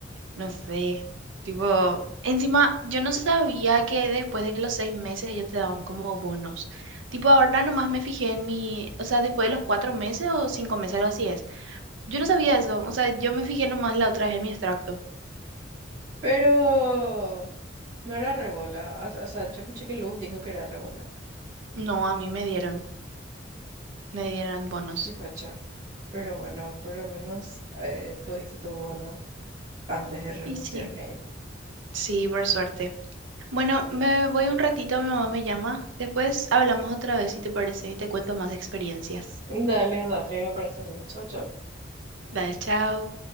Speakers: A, on the right; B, on the right.
A: No sé, tipo, encima yo no sabía que después de los seis meses ellos te daban como bonos. Tipo, ahora nomás me fijé en mi, o sea, después de los cuatro meses o cinco meses, algo así es. Yo no sabía eso, o sea, yo me fijé nomás la otra vez en mi extracto.
B: Pero no era rebola. O, o sea, yo escuché que Luz dijo que era rebola.
A: No, a mí me dieron, me dieron bonos.
B: Qué facha. Pero bueno, por lo menos eh, tuviste tu bono antes de renunciar.
A: Y sí.
B: hey.
A: Sí, por suerte. Bueno, me voy un ratito, mi mamá me llama. Después hablamos otra vez, si te parece, y te cuento más experiencias.
B: Dale, dale, me parece bien, chau, chau
A: Dale, chao.